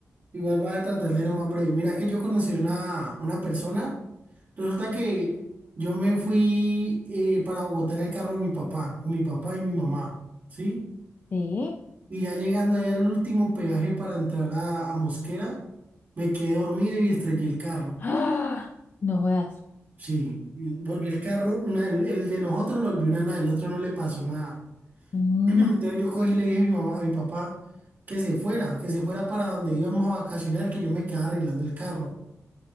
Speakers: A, on the right (about 40°); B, on the left (about 40°).
A: Igual vas a tratar de lo más breve. Mira que yo conocí una, una persona. Resulta que yo me fui eh, para Bogotá en el carro de mi papá, con mi papá y mi mamá, ¿sí?
B: Sí. <gasps>
A: Y ya llegando ahí al último peaje para entrar a, a Mosquera, me quedé dormido y estrellé el carro.
B: ¡Ah! No jodas.
A: Sí, y volví el carro, una- el, el de nosotros lo volvió una nada, el otro no le pasó nada.
B: No.
A: Entonces yo cogí y le dije a mi mamá, a mi papá que se fuera, que se fuera para donde íbamos a vacacionar, que yo me quedaba arreglando el carro.